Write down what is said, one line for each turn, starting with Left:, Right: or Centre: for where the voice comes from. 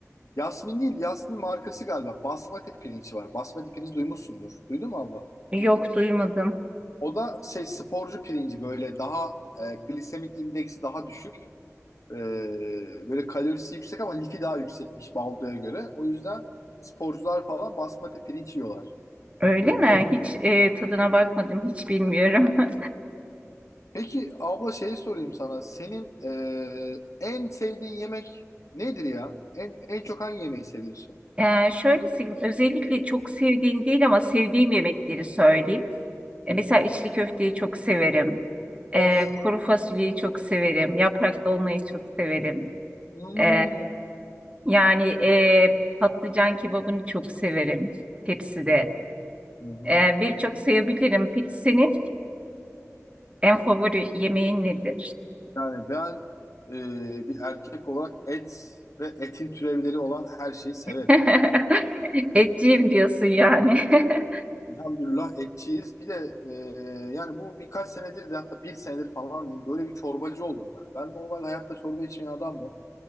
Left: Yasmin değil, Yasmin markası galiba. Basmati pirinç var. Basmati pirinç duymuşsundur. Duydun mu abla?
Right: Yok duymadım.
Left: O da şey sporcu pirinci böyle daha e, glisemik indeksi daha düşük. Ee, böyle kalorisi yüksek ama lifi daha yüksekmiş baldoya göre. O yüzden sporcular falan basmati pirinç yiyorlar.
Right: Öyle mi? Hiç e, tadına bakmadım, hiç bilmiyorum. <laughs>
Left: Peki abla şey sorayım sana. Senin ee, en sevdiğin yemek nedir ya? En en çok hangi yemeği seviyorsun?
Right: E, şöyle söyleyeyim, özellikle çok sevdiğim değil ama sevdiğim yemekleri söyleyeyim. E, mesela içli köfteyi çok severim.
Left: Of.
Right: E, kuru fasulyeyi çok severim. Yaprak dolmayı çok severim.
Left: Hmm.
Right: E, yani e, patlıcan kebabını çok severim tepside.
Left: Hı hı.
Right: E, birçok sayabilirim. Peki senin en favori yemeğin nedir?
Left: Yani ben ee, bir erkek olarak et ve etin türevleri olan her şeyi severim.
Right: <laughs> Etçiyim diyorsun yani. <laughs>
Left: Elhamdülillah etçiyiz. Bir de e, yani bu birkaç senedir de hatta bir senedir falan diyeyim böyle bir çorbacı oldum ben. Ben normal hayatta çorba içmeyen adamdım.